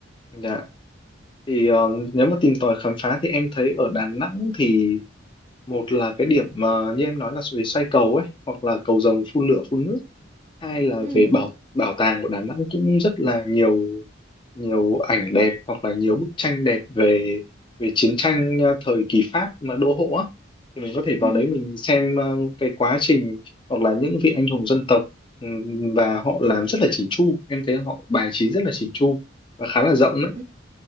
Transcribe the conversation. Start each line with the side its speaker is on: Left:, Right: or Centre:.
Left: Dạ. Thì ờ, nếu mà tìm tòi khám phá thì em thấy ở Đà Nẵng thì một là cái điểm mà như em nói là về xoay cầu ấy hoặc là cầu rồng phun lửa phun nước hai là
Right: Ừ,
Left: về bảo bảo tàng của Đà Nẵng cũng rất là nhiều nhiều ảnh đẹp hoặc là nhiều bức tranh đẹp về về chiến tranh ờ, thời kỳ Pháp mà đô hộ á thì mình có thể
Right: ừ,
Left: vào đấy mình xem ờ, cái quá trình hoặc là những vị anh hùng dân tộc ừm, và họ làm rất là chỉn chu em thấy họ bài trí rất là chỉn chu và khá là rộng đấy
Right: ừ,